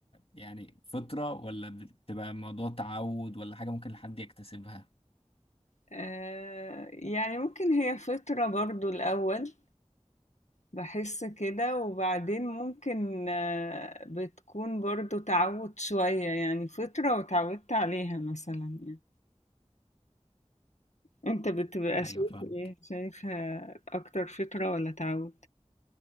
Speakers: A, on the left; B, on the left.
A: يعني فطرة ولا بتبقى الموضوع تعود ولا حاجة ممكن حد يكتسبها
B: آه يعني ممكن هي فترة برضو الأول بحس كده وبعدين ممكن آه بتكون برضو تعود شوية يعني فترة وتعودت عليها مثلا يعني أنت بتبقى
A: ايوه
B: شايف
A: فاهمك
B: إيه شايفها أكتر فترة ولا تعود؟